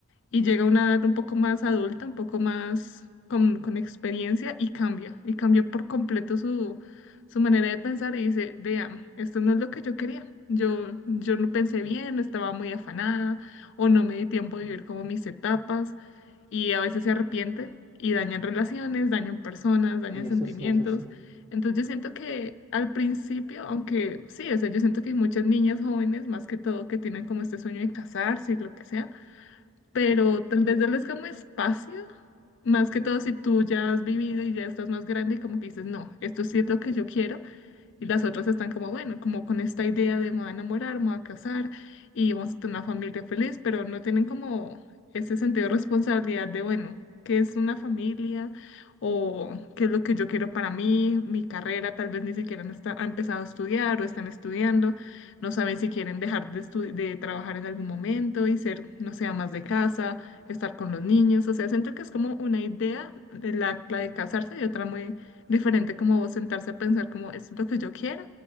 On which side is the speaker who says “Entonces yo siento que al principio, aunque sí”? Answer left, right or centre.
Left